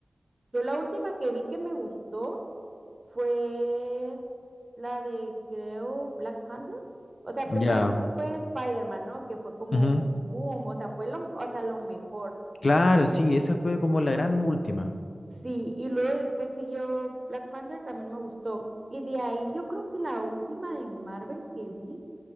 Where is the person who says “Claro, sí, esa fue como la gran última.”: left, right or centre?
Left